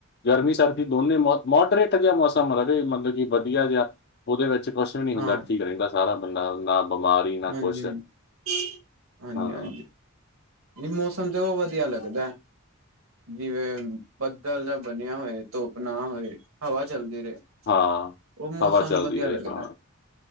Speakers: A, on the left (about 50°); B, on the right (about 75°).
A: ਗਰਮੀ ਸਰਦੀ ਦੋਨੇ ਮੋਡਰੇਟ ਰਹੇਆ ਮੌਸਮ ਰ ਮਤਲਬ ਕਿ ਵਧੀਆ ਜਿਹਾ, ਉਹਦੇ ਵਿੱਚ ਕੁਛ ਕੁਛ ਵੀ ਨੀ ਹੁੰਦਾ,
B: ਹਾਂ
A: ਠੀਕ ਰਹਿੰਦਾ, ਸਾਰਾ ਬੰਦਾ ਨਾ ਬਿਮਾਰੀ ਨਾ
B: ਹੂੰ, ਹਾਂਜੀ-ਹਾਂਜੀ।
A: ਕੁਝ ਹਾਂ
B: ਜ ਮੌਸਮ ਤੇ ਉਹ ਵਧੀਆ ਲੱਗਦਾ ਜਿਵੇਂ ਬੱਦਲ ਜਾਂ ਬਣਿਆ ਹੋਏ, ਧੁੱਪ ਨਾ ਹੋਏ, ਹਵਾ ਚੱਲਦੀ ਰਹੇ।
A: ਹਾਂ
B: ਉਹ ਮੌਸਮ
A: ਹਵਾ ਚੱਲਦੀ
B: ਵਧੀਆ
A: ਰਹੇ
B: ਲੱਗਦਾ।
A: ਹਾਂ